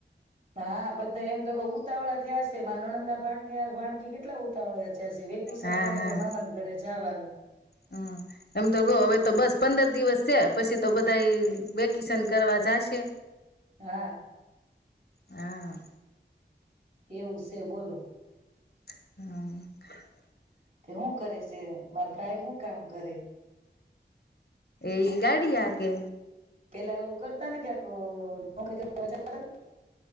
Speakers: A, on the right; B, on the left.
A: હા બધા એમ તો ઉતાવળા થયા છે. મારા નણંદ ના ભાણીયા ભાણકી કેટલા ઉતાવળ વેકેશન
B: હા
A: પણ એટલે
B: હા
A: મામા ઘરે જવાનું.
B: હમ એમ તો કહ હવે તો બસ પંદર દિવસ છે. પછી તો બધા વેકેશન કરવા જશે.
A: હા.
B: હા.
A: એવું છે બોલો.
B: <unintelligible> હા
A: તે શું કરે છે? મારા ભાઈ હું કામ કરે?
B: કે ઈ ગાડી હાંકે
A: પેલા ઓલુ કરતા ને ક્યાંક ક <unintelligible>